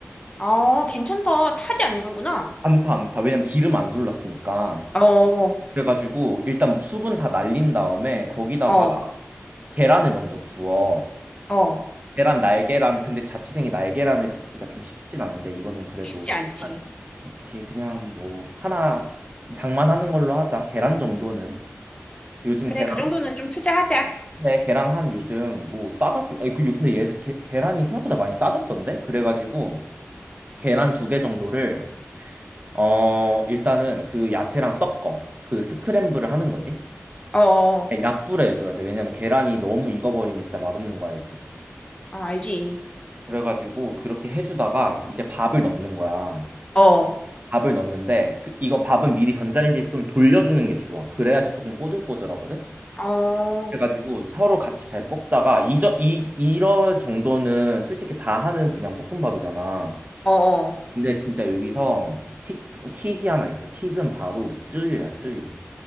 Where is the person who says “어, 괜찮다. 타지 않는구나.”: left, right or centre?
Left